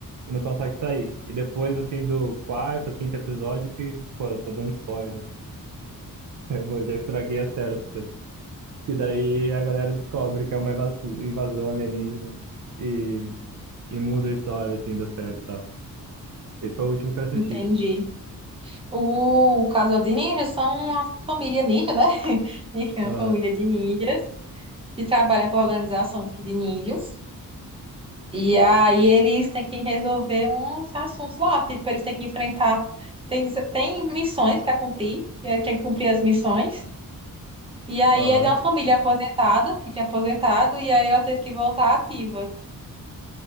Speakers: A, on the right; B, on the right.
A: e não consegue sair. E depois, assim, do quarto, quinto episódio, que, pô, eu tô dando spoiler, né? Eu vou- já estraguei a série pra você. E daí a galera descobre que é uma invas- invasão alienígena e, e muda a história, assim, da série e tal. Esse foi o último que eu assisti.
B: Entendi. O casal de ninjas são uma família ninja, né? <laughs> Ninja é uma
A: Aham,
B: família de ninjas que trabalham para organização aqui de ninjas. E aí eles têm que resolver uns assuntos lá. Tipo, eles têm que enfrentar. Tem, tem missões para cumprir. E aí tem que cumprir as missões. E aí
A: aham,
B: é de uma família aposentada, que tinha aposentado, e aí ela teve que voltar ativa.